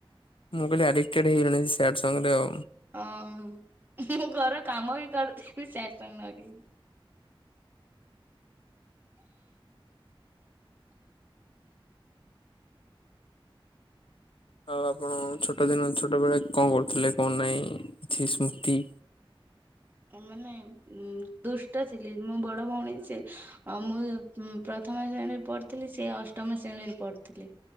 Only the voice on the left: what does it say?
ମୁଁ କହିଲି ଆଡିକ୍ ଟେଡ୍ ହେଇଗଲେଣି ସ୍ୟାଡ୍ ସଙ୍ଗରେ ଉ।
ଆଉ ଆପଣ ଛୋଟ ଦିନ ଛୋଟବେଳେ କଣ କରୁଥିଲେ କଣ ନାହିଁ କିଛି ସ୍ମୃତି?